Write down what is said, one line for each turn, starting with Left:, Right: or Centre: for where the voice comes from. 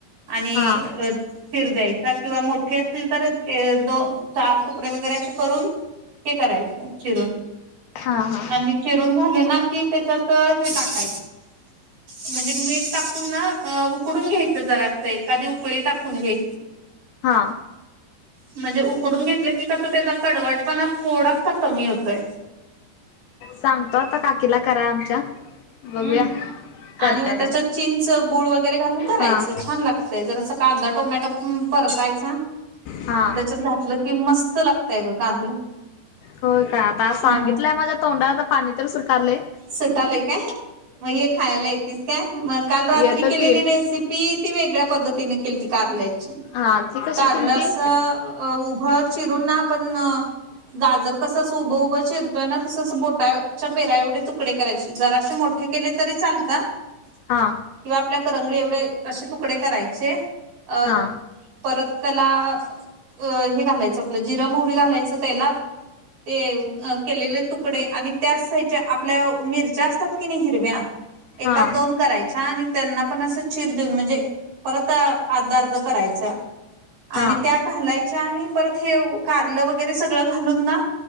Right: आणि
Left: हा हा
Right: अ चीर द्याय किंवा मोठे असतील तर दोन चार तुकडे वगैरे अस करून ते करायचं चिरून.
Left: हा हा.
Right: आणि चिरून झाले ना की त्याच्यात हे टाकायचं म्हणजे मीठ टाकून ना उकडून घ्यायच जरा असं एखादी उकळी टाकून घे.
Left: हा.
Right: म्हणजे उकडून घेतलं की कसं त्याचा कडवटपणा थोडासा कमी होतोय.
Left: सांगतो आता काकीला कराय आमच्या. बघूया
Right: हम्म
Left: करत्या
Right: आणि मग त्याच्यात
Left: काय
Right: चींच गुळ वगैरे घालून करायचं
Left: हा
Right: छान लागत ते जरास कांदा टोमॅटो परतायचा
Left: हा
Right: आणि त्याच्यात घातलं की मस्त लागतय गं कारलं.
Left: हो काय आता सांगितलंय
Right: हा
Left: माझ्या तोंडाला आता पाणी तर सुटारले.
Right: सुटालाय काय मग हे खायला येतीस काय मग काल रात्री
Left: येत
Right: केलेली
Left: की
Right: रेसिपी ती वेगळ्या पद्धतीने केलती कारल्याची
Left: हा ती कशी
Right: कारल
Left: केलती
Right: अस अ उभं चिरून ना पण ना गजर कसं असं उभं उभं चिरतोय ना तसं असं बोटाच्या पेरा एवढे तुकडे करायचे जरा मोठे केले तरी चालतात
Left: हा
Right: किंवा आपल्या करंगळी एवढे असे तुकडे करायचे. अ
Left: हा
Right: <unintelligible> परत त्याला अ हे घालायचं आपलं जिरं मोहरी घालायचं तेलात. तेव अ केलेले तुकडे आणि त्याच साईच्या आपल्या मिरच्या असतात कि नाही हिरव्या एकात
Left: हा
Right: दोन करायच्या आणि त्यांना पण असं चिर देऊन म्हणजे परत अर्धा-अर्धा कराच्या
Left: हा
Right: आणि त्या- घालायच्या आणि परत हेऊ कारलं वगैरे सगळं घालून ना